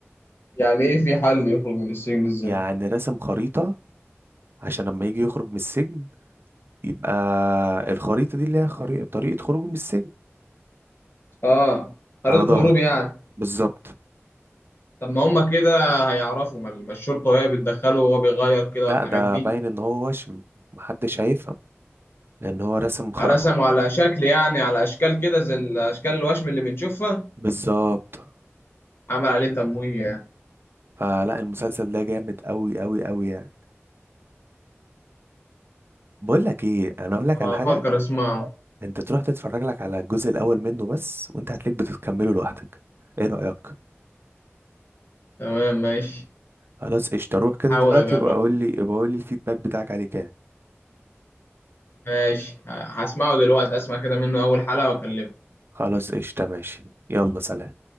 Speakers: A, on the left; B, on the right.
A: يعني ايه في حل يخرج من السجن ازاي
B: يعني رسم خريطة عشان لما يجي يخرج من السجن يبقى الخريطة دي اللي هي خري... طريقة خروجه من السجن
A: اه خريطه
B: على ظهره
A: هروب يعني
B: بالظبط
A: طب ما هما كده هيعرفوا ما ما الشرطه هي بتدخله وهو بيغير كده
B: لا
A: الحاجات
B: ده
A: دي
B: باين ان هو وشم محدش هيفهم لان هو رسم خ...
A: رسموا على شكل يعني على اشكال كده زي الاشكال الوشم اللي بنشوفها
B: بالظبط
A: عمل عليه تمويه يعني
B: فلا المسلسل ده جامد قوي قوي قوي يعني بقول لك ايه انا اقول لك
A: أبقى
B: على حاجه
A: أفكر أسمعه
B: انت تروح تتفرج لك على الجزء الاول منه بس وانت هتلاقيك بتكمله لوحدك ايه رايك
A: تمام ماشي
B: خلاص قشطه روح كده
A: حاول
B: دلوقتي
A: أجربه
B: يبقى قول لي يبقى قول لي الفيدباك بتاعك عليه كده
A: ماشي ه- هسمعه دلوقتي أسمع كده منه أول حلقة وأكلمه
B: خلاص قشطه ماشي يلا سلام